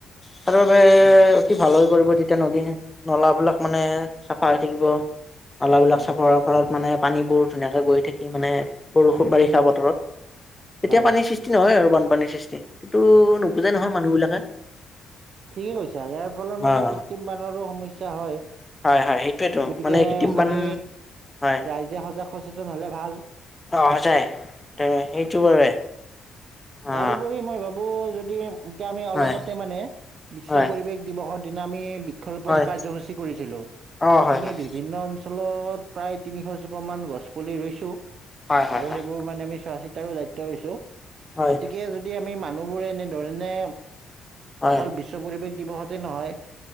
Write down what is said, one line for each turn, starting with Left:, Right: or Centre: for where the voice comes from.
Left: তাৰ বাবে
Right: উম
Left: অ', ভাল হৈ পৰিব, তেতিয়া নদী নলাবিলাক মানে চাফা হৈ থাকিব নলাবিলাক
Right: হয়।
Left: চাফা ৰত মানে পানীবোৰ ধুনীয়াকে গৈ থাকি মানে বৰষুণ <unintelligible> বাৰিষা বতিয়া
Right: হয়
Left: পান সৃষ্টি নহয় আৰু বানপানীৰ সৃষ্টি, কিন্তু নুবুজে নহয় মানুহ বিলাকে।
Right: ঠিকেই কৈছা ইয়াৰ ফলত মানে
Left: অ',
Right: কৃত্ৰিম বানৰো সমস্যা হয়।
Left: হয়, হয়, সেইটোয়েতো
Right: গতিকে
Left: মানে কৃত্ৰিম বান
Right: আমি
Left: হয়
Right: ৰাইজে সজাগ সচেতন হলে ভাল।
Left: অ', সঁচাই ত' সেইটো বাবে অ
Right: তাৰ উপৰি মই ভাবো যদি আমি অলপতে
Left: হয়
Right: মানে বিশ্ব
Left: হয়
Right: পৰিবেশ দিৱসৰ দিনা আমি বৃক্ষৰোপন
Left: হয়
Right: কাৰ্যসূচী কৰিছিলোঁ
Left: অ হয়
Right: আমি
Left: হয়।
Right: বিভিন্ন অঞ্চলত প্ৰায় তিনিশ জোপা মান গছ পুলি ৰুইছো
Left: হয় হয়
Right: আৰু
Left: হয়
Right: সেইবোৰ মানে আমি চোৱা চিতাৰো দায়িত্ব লৈছো,
Left: হয়
Right: গতিকে যদি যদি আমি মানুহবোৰে এনেধৰণে
Left: হয়
Right: অকল
Left: হয়
Right: বিশ্ব পৰিৱেশ দিৱসতে নহয়